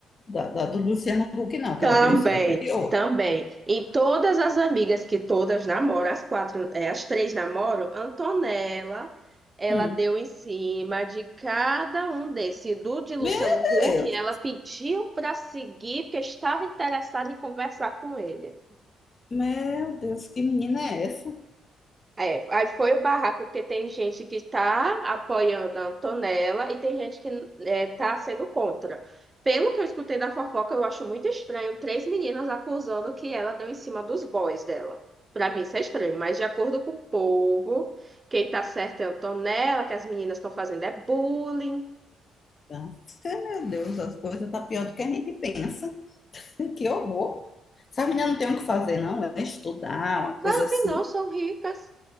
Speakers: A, on the left (about 40°); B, on the right (about 25°).
A: da, da- do Luciano Huck, não, que
B: Também,
A: ela deu em cima. Foi de outro.
B: também. E todas as amigas que todas namoram, as quatro, é, as três namoram, Antonella, ela
A: Hum.
B: deu em cima de cada um desses. Do de Luciano
A: Meu
B: Huck,
A: Deus.
B: ela pediu para seguir, porque estava interessada em conversar com ele.
A: Meu Deus, que menina é essa?
B: É, aí foi o barraco, porque tem gente que está apoiando a Antonella e tem gente que está sendo contra. Pelo que eu escutei da fofoca, eu acho muito estranho três meninas acusando que ela deu em cima dos boys dela. Para mim isso é estranho, mas de acordo com o povo, quem tá certo é a Antonella, que as meninas estão fazendo é bullying.
A: Então, é, meu Deus, as coisas tá pior do que a gente pensa. <laughs> Que horror. Essa menina não tem o que fazer, não. É estudar, uma
B: Claro
A: coisa
B: que
A: assim.
B: não, são ricas,